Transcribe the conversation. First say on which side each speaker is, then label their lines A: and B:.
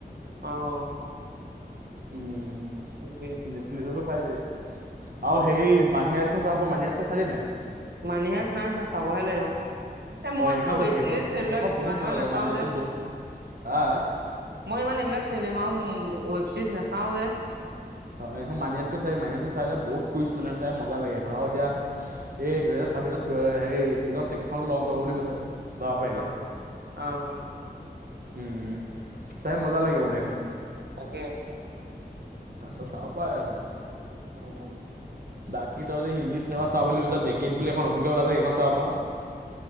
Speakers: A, on the right; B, on the right.
A: অ'।
B: উম
A: তাকে
B: নেট পুলিচতো পাই যাবি আৰু
A: উম
B: সেই মানি হাইস্ত চাব, মানি হাইস্তখন চালি নাই?
A: মানি হাইস্ত নাই চোৱা, চাবহে লাগিব। এ মই
B: অ সেইখন
A: ইমান
B: চাবি
A: ৱেভ
B: সেইখন
A: চিৰিজ সেইবিলাক
B: সেইখন
A: চিবা
B: বহুত মজা লাগে
A: নাচাও
B: মানি হাইস্কুল
A: যে।
B: বহুত হা
A: মই ইমান এইবিলাক চিনেমাও, ৱেব ছিৰিজ নাচাও যে।
B: হয় এইখন মানি হাইষ্টখন চাবি মানি হাইষ্টখন চাই বহুত টুইষ্ট মানে চাই মজা লাগে এইখন আৰু এতিয়া এই দুহেজাৰ তাৰপিছত সেই ছিজন ছিক্সখননো লঞ্চ হ'ব বুলি কৈছে। চাব পাৰিবি
A: অ', আহ।
B: উম চাই মজা লাগে মানে এখন।
A: তাকে।
B: তই চাব পাৰা এখন।
A: উম।
B: বাকী তই যদি হিন্দী চিনেমা চাওঁ বুলি ভাবিছ, ডেকিত বুলি এখন নতুনকৈ ওলাইছ সেইখন চাব পাৰ।